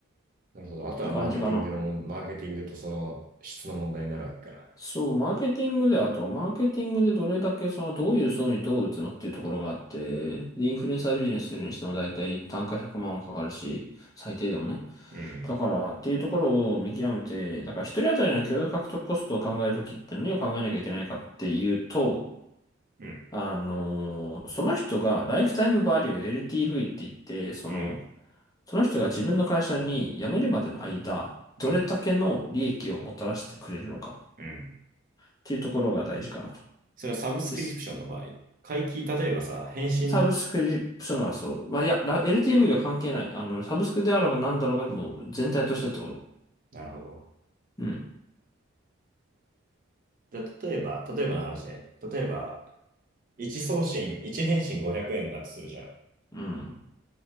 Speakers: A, on the right; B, on the left.
A: なるほど。あとはマーケティングのもん、
B: て感じかな。
A: マーケティングとその質の問題になるわけか。
B: そう、マーケティングで、あとはマーケティングでどれだけそのどういう層にどう打つのっていうところがあって、で、インフルエンサービジネスするにしても大体単価100万はかかるし、最低でもね。
A: うん、
B: だからっていうところを見極めて、だから一人当たりの共有獲得コストを考えるときって何を考えなきゃいけないかっていうと、
A: うん、
B: あのーその人がライフタイムバリュー LTV って言って、その、
A: うん、
B: その人が自分の会社に辞めるまでの間、
A: うん、
B: どれだけの利益をもたらしてくれるのか
A: うん。
B: っていうところが大事かなと。
A: それはサブスクリプションの場合、
B: です。
A: 会期、例えばさ、返信、
B: サブスクリプションならそう。まあ、いや、ラ LTV は関係ない。あの、サブスクであろうが何だろうが、もう全体としてってこと。
A: なるほど。
B: うん。
A: じゃあ、例えば、例えばの話ね。例えば、1送信、1返信500円だとするじゃん。
B: うん。